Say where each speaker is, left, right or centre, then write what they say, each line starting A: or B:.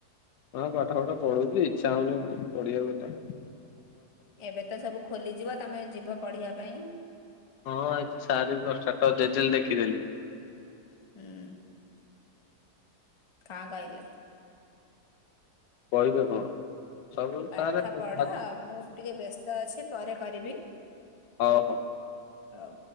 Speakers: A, on the left (about 80°); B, on the left (about 35°).
A: ହଁ ପାଠ ପାଠ ପଢୁଚି ଇଚ୍ଛା ହଉନି ପଢିବା ହେଟା।
B: ଏବେ ତ ସବୁ ଖୋଲିଯିବ ତମେ ଯିବ ପଢିବା ପାଇଁ।
A: ହଁ ଆଜି ସାରେ ଦଶଟା ତ ଦେଇଥିଲେ ଲେଖିଦେଲି।
B: ଏଁ। କାଁ କହିଲଲେ?
A: କହିବେ କଣ ସବୁ
B: ପାଠ
A: ସାରେ ହଉ
B: ପଢ ମୁଁ ଟିକେ ବ୍ୟସ୍ତ ଅଛି ପରେ କରିବି।
A: ହଉ ହଉ।
B: ହଉ।